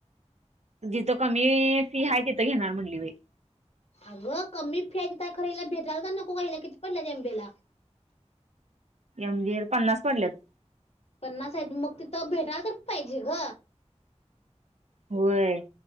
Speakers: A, on the right; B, on the left.
A: जिथं कमी फी हाय तिथं घेणार म्हणली बाई.
B: अगं कमी फि हाय तिथं खर हिला भेटायला तर नको का किती पडल्यात एम बी ए ला?
A: एमबीए ला पन्नास पडल्यात.
B: पन्नास आहेत मग तिथं भेटायला तर पाहिजे ग.
A: होय.